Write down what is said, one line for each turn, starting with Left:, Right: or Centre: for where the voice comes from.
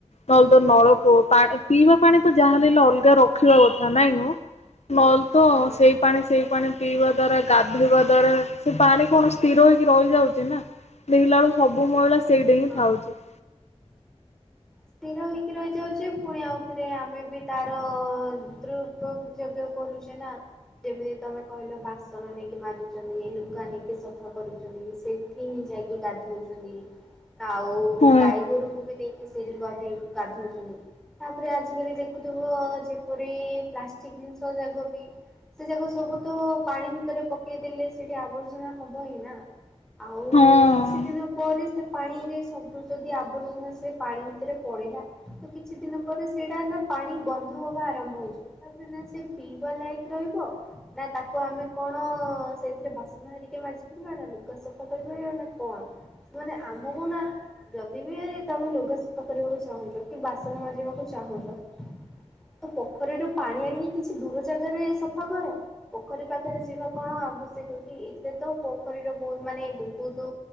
Left: ହଉଦ ତ ନଳକୂଅ ପାଣି ପିଇବା ପାଣି ତ ଯାହାହଲେ ହେଲେ ଅଲଗା ର- ରଖିବା କଥା ନାଇଁ ମ ନହେଲେ ତ
Centre: ହଁ
Left: ସେଇ ପାଣି ସେଇ ପାଣି- ପିଇବା ଦ୍ଵାରା ଗାଧୋଇ ଦ୍ଵାରା ସେ ପାଣି କଣ ସ୍ଥିର ହେଇକି ରହିଯାଉଛି ନା। ଦେଖିଲା ବେଳକୁ ସବୁ ମହିଳା ସେଇଟା ହିଁ
Centre: ହଁ
Left: ଥାଉଛି।
Centre: ସ୍ଥିର ହେଇକି ରହିଯାଉଛି ପୁଣି ଆଉଥରେ ଆମେ ବି ତାର ଦୃ ତତ୍ ଜଗ୍ୟ କରୁଛେ ନା। ଯେମ୍ତି ତମେ କହିଲ ବାସନ ନେଇକି ମାଜୁଚନ୍ତି ଲୁଗା ନେଇକି ସଫା କରୁଚନ୍ତି ସେଠି ହିଁ ଯାଇକି ଗାଧଉଛନ୍ତି ଆଉ
Left: ହଁ
Centre: ଗାଈ ଗୋରୁଙ୍କୁ ବି ନେଇକି ସେଇଠି ଗଧେଇ ଗାଧଉଛନ୍ତି। ତାପରେ ଆଜିକାଲି ଦେଖୁଥିବ ଯେପରି ପ୍ଲାଷ୍ଟିକି ଜିନିଷ ଯାଗ ବି ସେ ଯାକ ସବୁ ତ ପାଣି ଭିତରେ ପକେଇଦେଲେ ସେଇଠି ଆବର୍ଜନା ହବ ହିଁ ନା। ଆଉ
Left: ହଁ।
Centre: କିଛି ଦିନ ପରେ ସେ ପାଣିରେ ସବୁ ଯଦି ଆବର୍ଜନା ସେ ପାଣି ଭିତରେ ପଡିଲା ତ କିଛି ଦିନ ପରେ ସେଇଟା <unintelligible> ନା ପାଣି ଗନ୍ଧ ହବା ଆରମ୍ଭ ହେଇଯା ତାପରେ ନା ସେ ପିଇବା ଲାୟିକ ରହିବ ନା ତାକୁ ଆମେ କଣ ସେଇଥିରେ ବାସନ ହେରିକେ ମାଜି ପାରିବା ନା ଲୁଗା ସଫା କରିପାରିବା ନା କଣ। ମାନେ ଆମକୁ ନା ଯଦି ବି ତମେ ଲୁ ଗା ସଫା କରିବାକୁ ଚାହୁଁଚ କି ବାସନ ମାଜିବାକୁ ଚାହୁଁଚ ତ ପୋଖରୀରୁ ପାଣି ଆଣିକି କିଛି ଦୂର ଜାଗାରେ ସଫା କର। ପୋଖରୀ ପାଖରେ ଯିବା କଣ ଆବଶ୍ୟକ କି ଏଇଥିରେ ତ ପୋଖରୀରେ ବହୁତ୍ ମାନେ ବହୁତ୍